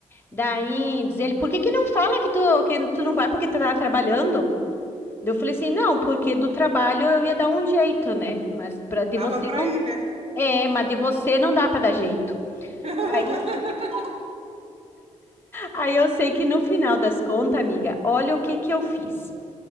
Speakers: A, on the left; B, on the right.
A: Daí diz ele, por que que não fala que tu, que tu não vai porque tu tá trabalhando? Daí Eu falei assim, não, porque do trabalho eu ia dar um jeito, né? Mas pra,
B: Dava
A: de você
B: pra
A: não...
B: ir, né?
A: É, mas de você não dá pra dar jeito.
B: <laughs>
A: Aí, Aí eu sei que no final das contas, amiga, olha o que que eu fiz.